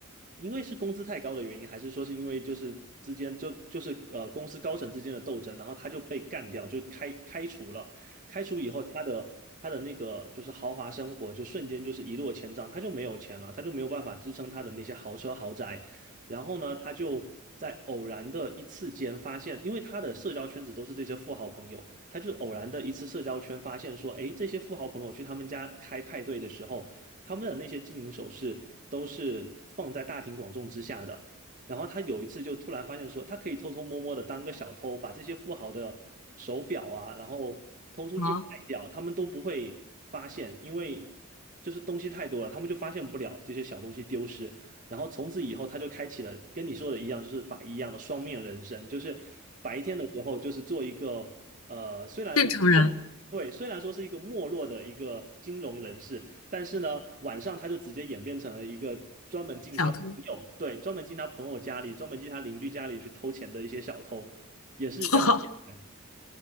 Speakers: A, on the right; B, on the left.
A: 因为是工资太高的原因，还是说是因为就是之间就就是呃公司高层之间的斗争，然后他就被干掉，就开开除了。开除以后，他的他的那个就是豪华生活就瞬间就是一落千丈，他就没有钱了，他就没有办法支撑他的那些豪车豪宅。然后呢，他就在偶然的一次间发现，因为他的社交圈子都是这些富豪朋友。他就偶然的一次社交圈发现说，诶，这些富豪朋友去他们家开派对的时候，他们的那些金银首饰都是放在大庭广众之下的。然后他有一次就突然发现说，他可以偷偷摸摸的当个小偷，把这些富豪的手表啊，然后偷出去卖掉，
B: 好，
A: 他们都不会发现，因为就是东西太多了，他们就发现不了这些小东西丢失。然后从此以后，他就开启了跟你说的一样，就是法医一样的双面人生，就是白天的时候就是做一个。呃，虽然说是没，
B: 正常人，
A: 对，虽然说是一个没落的一个金融人士，但是呢，晚上他就直接演变成了一个专门进他朋友，
B: 小偷。
A: 对，专门进他朋友家里，专门进他邻居家里去偷钱的一些小偷，也是这样的。
B: <laughs>
A: 对，